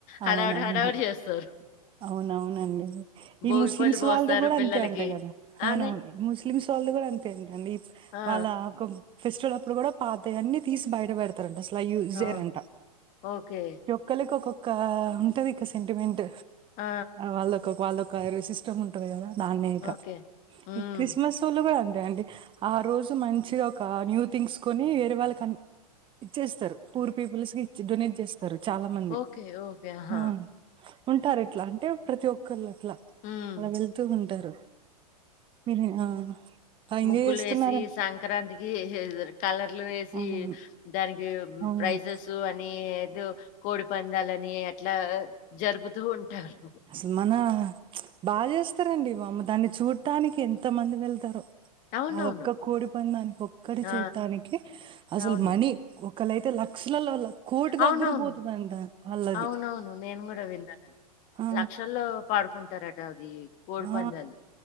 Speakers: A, on the right (about 25°); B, on the left (about 40°).
A: అవునవును
B: హడావిడి హడావిడి చేస్తారు
A: అవునవునండి ఈ
B: భోగిపళ్ళు
A: ముస్లిమ్స్
B: పోస్తారు
A: వాళ్డు కూడా
B: పిల్లలకి
A: అంతే అంట కదా అవునవును
B: అవునండి
A: ముస్లిమ్స్ వాళ్ళ వాళు కూడా అంతే అంటండీ
B: ఆ
A: వాళ్ళ ఒక ఫెస్టివల్ అప్పుడు కూడా పాతయ్ అని తీసి బయట పెడతారంట అసలు యూజ్
B: ఆ
A: చేయారంట
B: ఓకే
A: ఒకక్కళకి ఒక్కొక్క ఉంటది ఇక సెంటిమెంట్
B: ఆ
A: వాళ్ళ ఒక్కొ వాళ్ళఒక కాయ్ రెసిస్టమ్ ఉంటంది కదా నాన్నే ఇంక
B: ఓకే ఉమ్
A: ఈ క్రిస్మస్ ఓళ్ళదే అం డేండి ఆ రోజు మంచిగా ఒక న్యూ థింగ్స్ కొని వేరే వాళ్ళకన్ ఇచ్చేస్తారు పూర్ పీపుల్స్ కి ఇ డొనేట్ చేస్ తరు చాలా మంది
B: ఓకే ఓకే ఆహా
A: హ ఇంక రెట్ల అంటే ప్రతి ఒక్కళ అట్లా
B: ఉమ్
A: అలా వెళ్తూ ఉంటారు విధి ఆ బా ఎంజాయ్
B: ముగ్గులు
A: చేస్తున్నారా
B: వేసి సంక్రాంతికి కలర్లు వేసి
A: అవునవును
B: దానికి ఉ
A: అవును
B: ప్రైజెసు అని ఏదో కోడి పందాలని అట్లా జరుపుతూ ఉంటారు.
A: అసలు మన ప్చ్ బా చేస్తారండి వామ్మ దాన్ని చూడటానికి ఎంత మంది వెళ్తరో
B: అవునవును.
A: అదొక్క కోడి పందానికి ఒక్కటి
B: ఆ!
A: చూడటానికి అసలు
B: అవును.
A: మనీ ఒ ఒక్కలైతే లక్షలల కోటి
B: అవునవును.
A: దగ్గర పోతుందంట వాళ్ళది
B: అవునవును నేను కూడా విన్నానండి
A: ఆ
B: లక్షల్లో పాడుకుంటారట అది కోడి
A: ఆ
B: పందాలు.